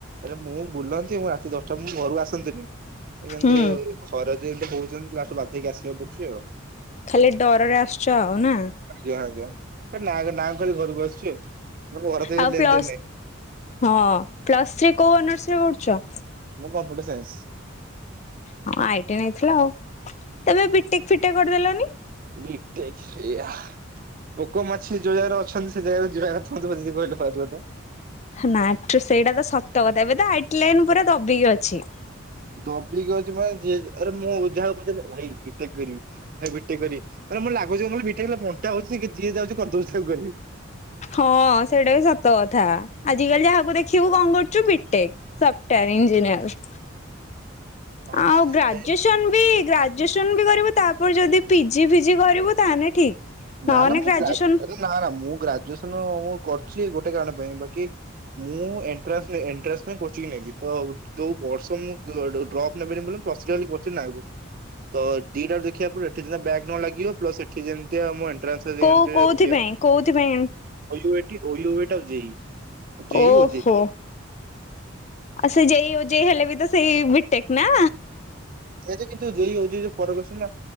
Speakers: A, on the right; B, on the left.
A: ଆରେ ମୁଁ ବୁଲନ୍ତି ମୁଁ ରାତି ଦଶଟା ଘରୁକୁ ଆସନ୍ତିନି କିନ୍ତୁ
B: ହୁଁ
A: ଘରେ ଯେମିତି ହହୁଉଛନ୍ତି ଲାଠୁ ବାଧକି ଆସିବାକୁ ପଡୁଛି ଆଉ।
B: ଖାଲି ଡରରେ ଆସୁଛ ଆଉ ନା।
A: ଆଜ୍ଞା ଆଜ୍ଞା, ନାଁ ନାଁ ଖାଲି ଘରକୁ ଆସିୁଛି ଆଉ। ମୋ ଘର ସହିତ
B: ଆଉ
A: ଲେନଦେନ
B: ପ୍ଲସ୍
A: ନାହିଁ
B: ହଁ ପ୍ଲସ୍ ଥ୍ରୀ କୋଉ ଅନର୍ସ ରେ ପଢୁଛ?
A: ମୁଁ କମ୍ପୁଟର ସାଇନ୍ସ।
B: ହଁ ଆଇ ଟି ଆଇ ନେଇଥିଲ ଆଉ, ତମେ ବିିଟେକ ଫିଟେ କରିଦେଲନି?
A: ବି ଟେକ <unintelligible> ପୋକ ମାଛି ଯୋଉ ଜାଗାରେ ଅଛନ୍ତି, ସେ ଜାଗାରେ ଯିବା <unintelligible>
B: ନା ସେଇଟା ତ ସତ କଥା, ଏବେ ତ ହାଇଟ ଲାଇନ ପୁରା ଦବିକି ଅଛି।
A: ଦବି ଅଛି ମାନେ <unintelligible> ଭାଇ ବିିତେକ କରିବି। ଭାଇ ବି ଟେକ କରିବି, ମ ଲାଗୁଚି କି ବିଟେକ ବଣ୍ଟା ହଉଛି, କି ଯିଏ ଯାଉଛି କରିଦଉଛି ଖାଲି।
B: ହଁ ସେଇଟା ବି ସତ କଥା, ଆଜିକାଲି ଯାହାକୁ ଦେଖିବୁ କଣ କରୁଛୁ? ବିଟେକ। Software engineer.
A: ଭାବନା
B: ଆଉ ଗ୍ରାଜୁଏସନ
A: ଭାଇ
B: ବି ଗା- ଗ୍ରାଜୁଏସନ୍ ବି କରିବୁ, ତାପରେ ଯଦି ପିଜି ଫିଜି କରିବୁ ତାହେଲେ ଠିକ୍,
A: ନା
B: ନହେଲେ
A: ନା ମୁଁ
B: ଗ୍ରାଜୁଏସନ୍
A: ଗ୍ରାଜୁ ଆରେ ନା ନା ମୁଁ ଗ୍ରାଜୁଏସନ ମୁଁ କରିୁଛି ଗୋଟେ କାରଣ ପାଇଁ ବାକି ମୁଁ ଏଣ୍ଟ୍ରାନ୍ସ ଏଣ୍ଟ୍ରାନ୍ସ ପାଇଁ କୋଚିଂ ନେବି, ତ ଯୋଉ ବର୍ଷ ମୁଁ ଡ୍ରପ୍ ନେବିନି ବୋ ଆଗ ତ ଦିଟା ଦେଖିବା ପରେ ଏଠି ଯେ ବ୍ୟାଗ୍ ନ ଲାଗିବ, ପ୍ଲସଠି ଯେ ମ
B: କୋଉ କୋଉଥିପାଇଁ
A: ଏଣ୍ଟ୍ରାନ୍ସ
B: କୋଉଥିପାଇଁ
A: <unintelligible>
B: ଓହୋ।
A: ଓ ଜେଇ।
B: ଆଉ ସେ ଯେଇ ଯେଇ ହେଲେ ବି ତ ସେଇ ବିଟେକ୍ ନା।
A: ସେଇା କିନ୍ତୁ ଯ ଯ ଫରକ ଆସେ ନା।